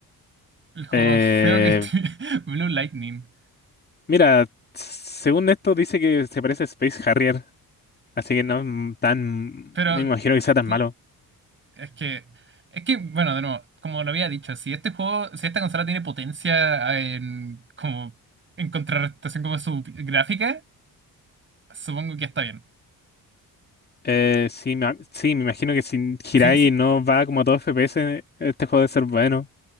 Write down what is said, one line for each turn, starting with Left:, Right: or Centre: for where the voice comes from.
Right: El juego
Left: Eh,
Right: más feo que estoy. <laughs> Blue Lightning.
Left: mira, según esto dice que se parece a Space Harrier, así que no es m- tan,
Right: Pero
Left: no me imagino que sea tan
Right: sí,
Left: malo.
Right: es que. Es que, bueno, de nuevo, como lo había dicho, si este juego, si esta consola tiene potencia ah, en como en contrarrestación como su gráfica, supongo que está bien.
Left: Eh, sí, me, sí, me imagino que si
Right: Sí,
Left: Hirai
Right: sí,
Left: no va como a todo FPS, este juego debe ser bueno.